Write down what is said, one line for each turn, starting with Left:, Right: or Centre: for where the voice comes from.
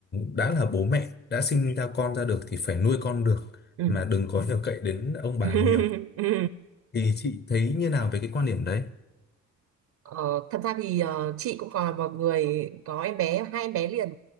Left: đã là bố mẹ đã sinh ra con ra được thì phải nuôi con được
Right: ừ
Left: mà đừng có nhờ cậy đến ông bà
Right: <laughs>
Left: nhiều
Right: ừ
Left: thì chị thấy như nào về cái quan điểm đấy
Right: Ờ, thật ra thì ờ, chị cũng còn là một người có em bé hai em bé liền